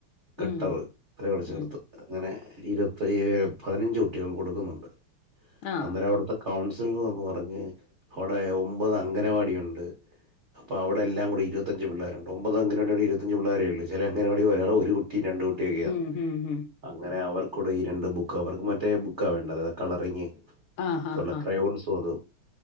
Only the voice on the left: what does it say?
ഉം
ഉം
ആ
ഉം ഉം ഉം
ആ ഹാ
ഹാ